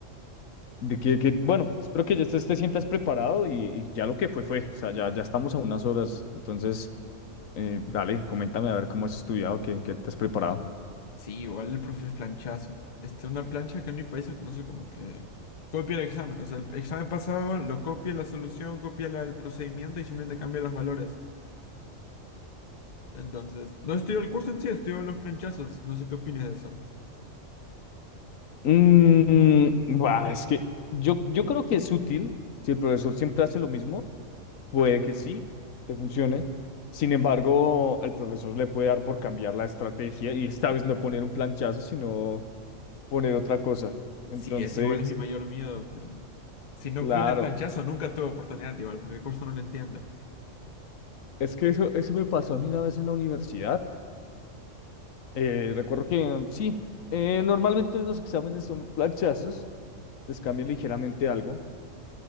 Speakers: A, on the left (about 80°); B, on the left (about 40°).
A: de que, que, bueno, espero que ya estés te sientas preparado y, y ya lo que fue, fue. O sea, ya, ya estamos a unas horas. Entonces, eh, dale, coméntame a ver cómo has estudiado, qué, qué te has preparado.
B: Sí, igual el profe es planchazo. Este, una plancha que en mi país se conoce como que copia el examen. O sea, el examen pasado lo copia la solución, copia la- el procedimiento y simplemente cambia los valores. Entonces, no estudio el curso en sí, estudio los planchazos. No sé qué opinas de eso.
A: Mm, bah, es que yo, yo creo que es útil. Si el profesor siempre hace lo mismo, puede que sí, te funcione. Sin embargo, el profesor le puede dar por cambiar la estrategia y esta vez no poner un planchazo, sino poner otra cosa. Entonces,
B: Sí, es igual, es mi mayor miedo, pero... Si no
A: claro,
B: viene planchazo, nunca tuve oportunidad igual, porque el curso no lo entiendo.
A: es que eso, eso me pasó a mí una vez en la universidad. Eh, recuerdo que sí, eh, normalmente los exámenes son planchazos, les cambian ligeramente algo,